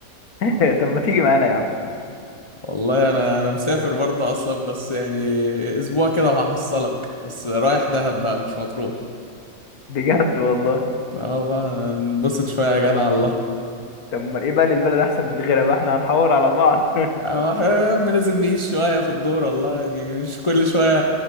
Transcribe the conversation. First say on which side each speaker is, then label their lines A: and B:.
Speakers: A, on the left; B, on the left.
A: <laughs> طب ما تيجي معانا يا عم
B: والله انا انا مسافر برضه اصلا بس يعني اسبوع كده وهحصلك بس رايح دهب بقى مش مطروح
A: بجد والله
B: اه بقى ننبسط شويه يا جدع الله
A: طب ما ايه بقى للبلد احسن من غيرها بقى احنا هنحور على بعض
B: اه إحنا يا عم لازم نعيش شويه في الدور والله يعني مش كل شويه